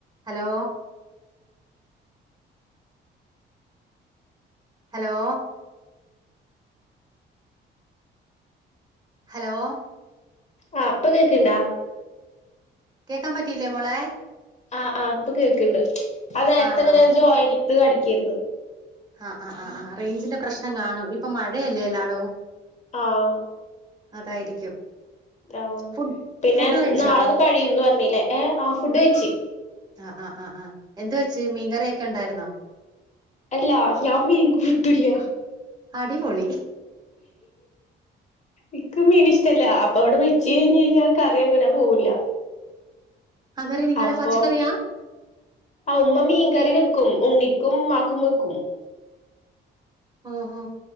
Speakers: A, on the right; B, on the left.
A: Hello hello hello
B: ആഹ് ഇപ്പൊ കേക്ക്ണ്ടാ
A: കേക്കാൻ പറ്റിയില്ലേ മോളെ
B: ആഹ് ആ ഇപ്പോ കേൾക്കണ്ട് അഹ് നേരത്തെങ്ങനെ
A: ആണോ
B: ജോയിനിങ് കണിക്കരുന്നു
A: ആഹ് ആഹ് ആഹ് ആഹ് റേഞ്ചിന്റെ പ്രശ്നം കാണും ഇപ്പൊ മഴയല്ലേ എല്ലാടോ
B: ആഹ്
A: അതായിരിക്കും
B: ആഹു
A: ഫുഡ്
B: പിന്നെ
A: ഫുഡ് കഴിച്ചാ
B: നാളെത് കഴിയുംന്ന് പറഞ്ഞീലെ ഏ ആ ഫുഡ് കഴിച്ചി
A: ആഹ് ആഹ് ആഹ് ആഹ് എന്ത് വെച്ച് മീൻകറിയൊക്കെ ഉണ്ടായിരുന്നോ
B: അല്ലാ ഞാൻ മീൻ കൂട്ടുല്ല
A: അടിപൊളി
B: ഇക്ക് മീനിഷ ഷ്ടല്ല അപ്പൊ ഇവടെ വെച്ച് കഴിഞ്ഞഴിഞ്ഞാൽ കറി അങ്ങനെ പോകില്ല
A: അന്നേരം നിങ്ങള്
B: അപ്പൊ
A: പച്ചക്കറിയാ
B: ആ ഉമ്മ മീൻകറി വെക്കും ഉണ്ണിക്കും മാക്കും വെക്കും
A: ഓഹോ